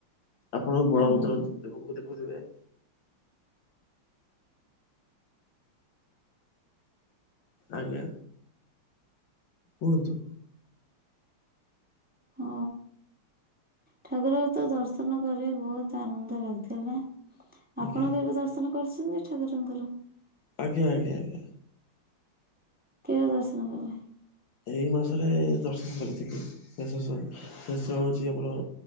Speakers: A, on the left; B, in the centre.
A: ଆପଣ ବଳଭଦ୍ର
B: ଆଜ୍ଞା
A: ଦେ ଦେଖୁଥିବେ। ଆଜ୍ଞା କୁହନ୍ତୁ।
B: ହଁ। ଠାକୁରଙ୍କୁ ତ ଦର୍ଶନ କରି ବହୁତ ଆନନ୍ଦ ଲାଗିଥିଲା। ଆପଣ
A: ଆଜ୍ଞା
B: କେବେ ଦର୍ଶନ କରିଛନ୍ତି ଠାକୁରଙ୍କର?
A: ଆଜ୍ଞା ଆଜ୍ଞା ଆଜ୍ଞା।
B: କେବେ ଦର୍ଶନ କଲେ?
A: ଏଇ ମାସରେ ଦର୍ଶନ କରିଥିଲି ଶେଷ ଶେଷ ହଉଛି ଆମର